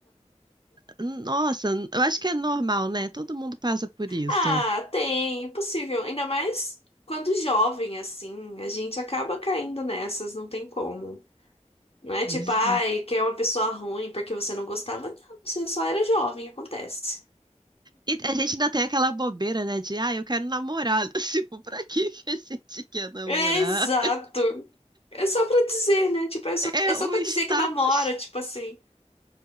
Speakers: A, on the right (about 35°); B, on the left (about 55°).
A: Nossa, eu acho que é normal, né? Todo mundo passa por isso.
B: Ah, tem, impossível. Ainda mais quando jovem, assim, a gente acaba caindo nessas, não tem como. Não é
A: Pois
B: tipo, ai, que é uma pessoa ruim porque você não gostava. Não, você só era jovem, acontece.
A: E a gente ainda tem aquela bobeira, né? De, ah, eu quero namorar. <laughs> Tipo, pra que que a gente quer namorar?
B: É exato. É só pra dizer, né? Tipo, é só,
A: É
B: é só
A: um
B: pra dizer
A: status.
B: que namora, tipo assim.